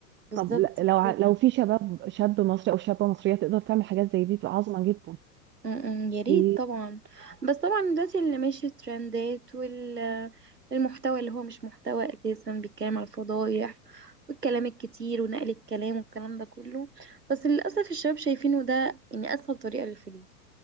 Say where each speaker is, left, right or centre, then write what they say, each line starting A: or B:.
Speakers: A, on the right; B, on the right.
A: بالظبط
B: طب ل- لو
A: بالظبط
B: ع- لو في شباب شاب مصري او شابه مصريه تقدر تعمل حاجات زي دي تبقى عظمه جدا
A: م-م، يا ريت
B: في
A: طبعا بس طبعا دلوقتي اللي ماشي الترندات والمحتوى اللي هو مش محتوى اساسا بيتكلم على الفضايح والكلام الكتير ونقل الكلام والكلام ده كله بس للاسف الشباب شايفينه ده ان اسهل طريقة للفلوس